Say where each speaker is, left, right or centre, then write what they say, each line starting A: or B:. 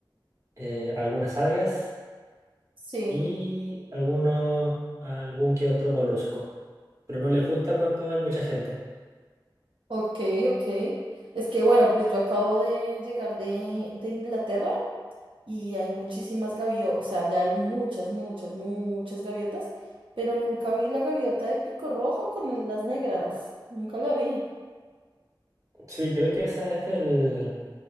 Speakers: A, on the right; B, on the right.
A: eh, algunas algas
B: Sí,
A: y alguno, algún que otro molusco. Pero no les gusta cuando hay mucha gente.
B: ok, ok. Es que bueno, pues yo acabo de llegar de, de Inglaterra y hay muchísimas gaviotas, o sea, ya hay muchas, muchas, muchas gaviotas, pero nunca vi la gaviota de pico rojo con el- las negras. Nunca la vi.
A: Sí, creo que esa es del...